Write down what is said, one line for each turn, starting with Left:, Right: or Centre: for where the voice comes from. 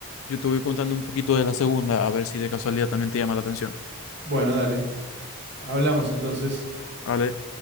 Left: yo te voy contando un poquito de la segunda, a ver si de casualidad también te llama la atención.
Right: Bueno, dale. Hablamos entonces.
Left: ¿Vale?